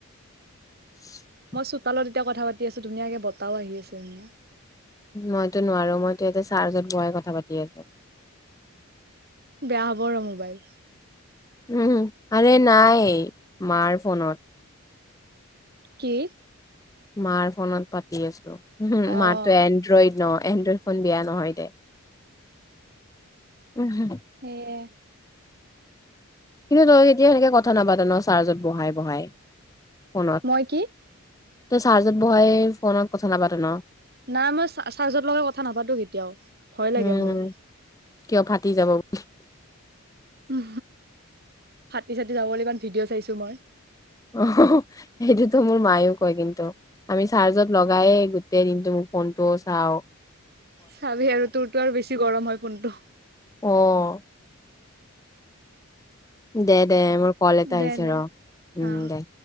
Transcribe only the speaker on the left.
<inaudible>
মইতো নোৱাৰো, মইতো এতে চাৰ্জত বোৱাই কথা পাতি আছোঁ।
উম', আৰে নাই মাৰ ফোনত।
মাৰ ফোনত পাতি আছো,
মাতো এনড্ৰইড ন' এনড্ৰইড ফোন বেয়া নহয় দে। উম', হুম'।
কিন্তু তই এতিয়া সেনেকে কথা নাপাত ন' চাৰ্জত বহাই বহাই ফোনত।
তই চাৰ্জত বহাই ফোনত কথা নাপাত ন'?
উম
কিয় ফাটি যাব বুলি!
অ', সেইটোতো মোৰ মায়ও কয় কিন্তু। আমি চাৰ্জত লগাই গোটেই দিনটো মোৰ ফোনটো চাওঁ।
অহ',। দে- দে মোৰ কল এটা
আহিছে
ৰ' উম
দে।